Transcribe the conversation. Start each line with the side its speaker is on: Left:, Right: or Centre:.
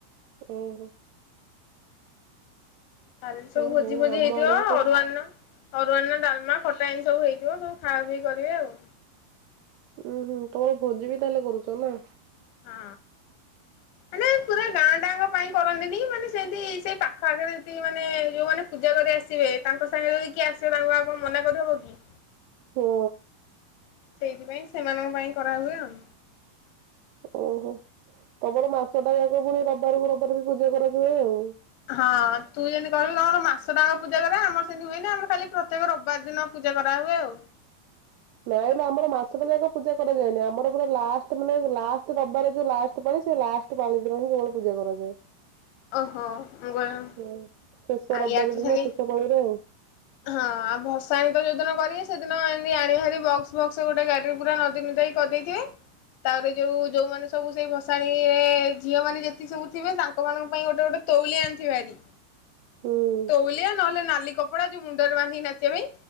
Right: ଉଁ ହୁଁ।
Left: କାଲି ସବୁ
Right: ହଁ
Left: ଭୋଜି
Right: ହଉ
Left: ଫୋଜି
Right: ଆମ
Left: ହେଇଥିବ
Right: ଆଡେ ବି ତ
Left: ଅରୁଆର୍ଣ୍ଣ। ଅରୁଆର୍ଣ୍ଣ ଡାଲମା ଖଟା ଏମିତି ସବୁ ହେଇଥିବ ସବୁ ଖାଆ ପିଇ କରିବେ ଆଉ।
Right: ଉୁଁ ହୁଁ ତମର ଭୋଜି ବି ତା ହେଲେ କରୁଚ ନା।
Left: ହଁ ମାନେ ପୁରା। ପୁରା ଗାଁ ଟାଙ୍କ ପାଇଁ କରନ୍ତିନେହିଁ ମାନେ ସେମିତି ସେଇ ପାଖ ଆଖରେ ଯେତିକି ମାନେ ଯୋଉ ମାନେ। ପୂଜା କରି ଆସିବେ ତାଙ୍କ ସାଙ୍ଗରେ ଯଦି କିଏ ଆସିବେ ତାଙ୍କୁ ଆଉ କଣ ମନା କରିହବ କି।
Right: ହୁଁ।
Left: ସେଇଥିପାଇଁ ସେମାନଙ୍କ ପାଇଁ କରାହୁଏ ଆଉ।
Right: ଓହୋ ତମର ମାସଟା ଯାକ ପୁଣି ରବାରକୁ ରବିବାରେ ବି ପୂଜା କରାଯାଏ ଆଉ।
Left: ହଁ ତୁ ଯେମିତି କହିଲୁ ତମର ମାସଟାଆଙ୍କ ପୂଜା କରାଯାଏ ଆମର ସେମିତି ହୁଏନା ଆମର ଖାଲି ପ୍ରତ୍ୟେକ ରବିବାର ଦିନ। ପୂଜା କରାହୁଏ ଆଉ।
Right: ନାଇଁ ନାଇଁ ଆମର ମାସଟା ଯାକ ପୂଜା କରାଯାଏନି ଆମର ପୁରା ଲାଷ୍ଟେ ମାନେ ଲାଷ୍ଟେ ରବବାରେ ଯୋଉ ଲାଷ୍ଟେ ପାଳି ସେ ଲାଷ୍ଟ୍। ତ ପାଳି ଦିନ ହିଁ କେବଳ ପୂଜା କରାଯାଏ।
Left: ଓହୋ। କହିଲି
Right: ଉଁ ଶେଷ
Left: ଆ
Right: ରବିବାର
Left: ୟାର ତ
Right: ଦିନ
Left: ସେମିତି
Right: ଶେଷ ପାଳିରେ ଆଉ।
Left: ହଁ ଆଉ ଭସାଣୀ ତ ଯୋଉଦିନ କରିବେ ସେଦିନ ଏମିତି ଆଣିବେ ଧରିକି ବକ୍ସ୍ ଫକ୍ସ୍ ଗୋଟେ ଗାଡିରେ ପୁରା ନଦୀ ନୁଦା କି। କରିଦେଇ ଥିବେ। ତାପରେ ଯୋଉ ଯୋଉମାନେ ସବୁ ସେଇ ଭସାଣି ରେ ଝିଅ ମାନେ ଯେତିକି ସବୁ ଥିବେ ତାଙ୍କ ମାନଙ୍କ ପାଇଁ ଗୋଟେ ଗୋଟେ ତୈଲିଆ ଆଣିଥିବେ ବାହାରି।
Right: ହୁଁ।
Left: ତୈଲିଆ ନହେଲେ ନାଲି କପଡା ଯୋଉ ମୁଣ୍ଡରେ ବାନ୍ଧିକି ନାଚିବା ପାଇଁ।